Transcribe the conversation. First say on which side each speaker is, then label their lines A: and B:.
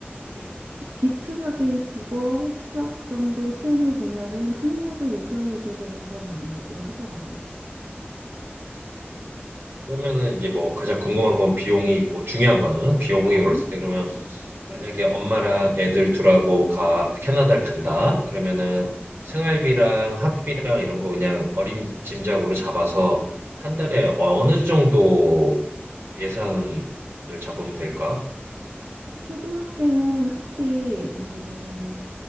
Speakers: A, on the right; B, on the right.
A: 음.
B: 기초적인 국어, 수학 정도 시험을 보면은 학력을 인정해주는 그런 방식으로 하더라고.
A: 그러면은 이제 뭐 가장 궁금한 건 비용이 있고 중요한 거는 비용이
B: 어,
A: 올랐을 때 그러면 만약에 엄마랑 애들 둘하고 가 캐나다를 간다 그러면은
B: 어.
A: 생활비랑 학비랑 이런 거 그냥 어림짐작으로 잡아서 한 달에 어느 정도 예산을 잡으면 될까?
B: 초등학생은 학비, 음,